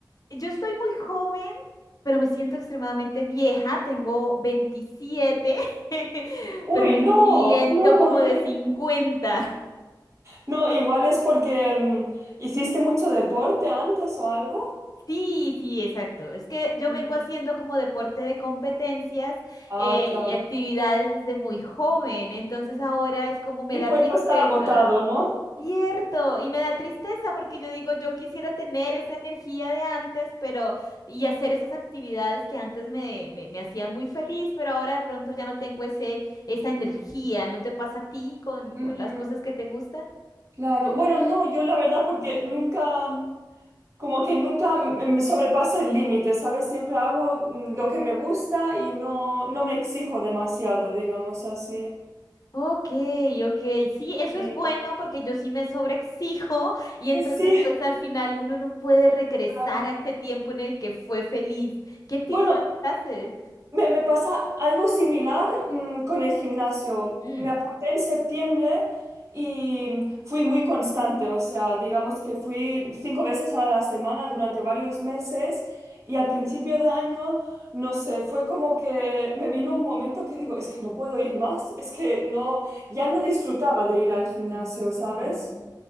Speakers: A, on the left; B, on the right.
A: yo estoy muy joven, pero me siento extremadamente vieja. Tengo 27, <laughs>
B: Uy,
A: pero me
B: no,
A: siento
B: no.
A: como de
B: <laughs>
A: 50.
B: No, igual es porque mm, hiciste mucho deporte antes o algo.
A: Sí, sí, exacto. Es que yo
B: mm,
A: vengo haciendo como deporte de competencias
B: Ah,
A: eh,
B: claro.
A: y actividades desde muy joven, entonces ahora es como me
B: El
A: da
B: cuerpo
A: tristeza.
B: está agotado, ¿no?
A: Cierto, y me da tristeza porque yo digo, yo quisiera tener esa energía de antes, pero y hacer esas actividades que antes me, me, me hacían muy feliz, pero ahora de pronto ya no tengo ese, esa energía. ¿No te pasa a ti con,
B: mm.
A: con las cosas que te gustan?
B: Claro. Bueno, no, yo la verdad porque nunca, como que nunca me me sobrepaso el límite, ¿sabes? Siempre hago mm, lo que me gusta y no, no me exijo demasiado, digamos así.
A: Ok, ok, sí, eso
B: Sí.
A: es bueno porque yo sí me sobreexijo <laughs> y entonces
B: <laughs> Sí.
A: pues al final uno no puede regresar
B: Amo.
A: a ese tiempo en el que fue feliz. ¿Qué actividades
B: Bueno,
A: haces?
B: me, me pasa algo similar mm, con el gimnasio.
A: Mm.
B: Me apunté en septiembre y fui muy constante, o sea, digamos que fui cinco veces a la semana durante varios meses y al principio de año, no sé, fue como que me vino un momento que digo, es que no puedo ir más, es que no, ya no disfrutaba de ir al gimnasio,
A: Mm.
B: ¿sabes?